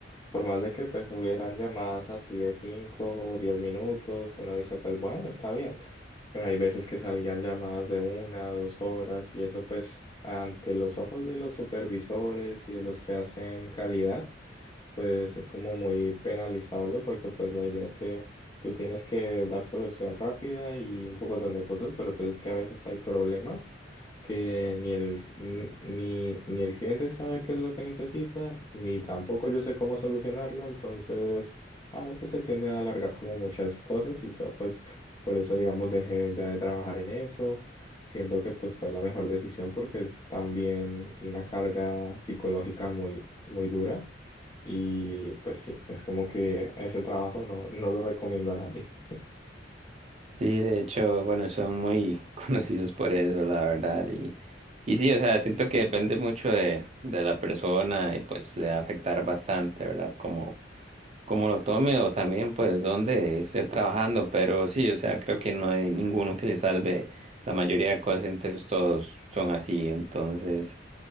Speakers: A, on the left; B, on the right.
A: Por más de que pues hubieran llamadas así de 5 o 10 minutos, uno dice pues bueno, está bien, pero hay veces que salían llamadas de una, dos horas y eso pues ante los ojos de los supervisores y de los que hacen calidad pues es como muy penalizable porque pues la idea es que tú tienes que dar solución rápida y un pocotón de cosas, pero pues es que a veces hay problemas que ni el, ci- ni, ni el cliente sabe qué es lo que necesita, ni tampoco yo sé cómo solucionarlo, entonces a veces se tiende a alargar como muchas cosas y yo pues por eso digamos dejé ya de trabajar en eso. Siento que pues fue la mejor decisión porque es también una carga psicológica muy, muy dura. Y pues sí, es como que ese trabajo no, no lo recomiendo a nadie.
B: Sí, de hecho, bueno, son muy <laughs> conocidos por eso, la verdad. Y, y sí, o sea, siento que depende mucho de, de la persona y pues le va a afectar bastante, ¿verdad? Como, como lo tome o también pues dónde esté trabajando. Pero sí, o sea, creo que no hay ninguno que se salve. La mayoría de call centers todos son así. Entonces,